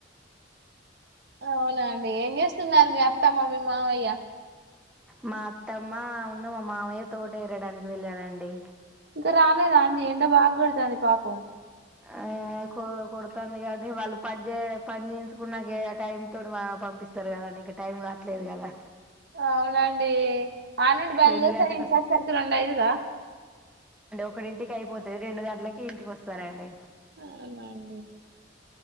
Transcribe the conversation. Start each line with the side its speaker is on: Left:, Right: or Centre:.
Right: అవునా అండి ఏం చేస్తున్నారు మీ అత్తమ్మ మీ మావయ్య
Centre: మా అత్తమ్మ ను మా మావయ్య తోట ఎరడానికి వెళ్ళనండి
Right: ఇంకా రాలేదాండి ఎండ బాగొడతాంది పాపం
Centre: ఆ అకో కుడుతుంది కానీ వాళ్ళు పని చేయర పని చేయించుకున్నాకే టైమ్ తోటి పంపిస్తారు కదండి ఇంక టైం గాట్లేదు కదా
Right: అవునండి ఆడ నుండి బయలుదేసరికి
Centre: రెండు గంటలకు
Right: ఇంటికి
Centre: వస్
Right: వచ్చేసరికి రెండు అయితదా
Centre: ఒకడింటికి అయిపోతే రెండు గంటలకి ఇంటికి వస్తారండి
Right: అవునా అండి